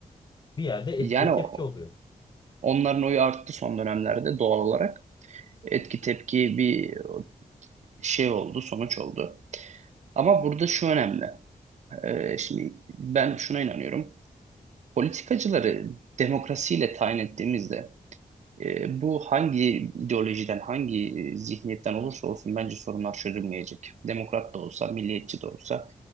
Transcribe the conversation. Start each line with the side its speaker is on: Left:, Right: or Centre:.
Left: bir yerde etkiye
Right: yani
Left: tepki
Right: o-
Left: oluyor.
Right: onların oyu arttı son dönemlerde doğal olarak. Etki tepki bir şey oldu, sonuç oldu. Ama burada şu önemli. Ee, şimdi ben şuna inanıyorum. Politikacıları demokrasiyle tayin ettiğimizde e, bu hangi ideolojiden, hangi e, zihniyetten olursa olsun bence sorunlar çözülmeyecek. Demokrat da olsa, milliyetçi de olsa,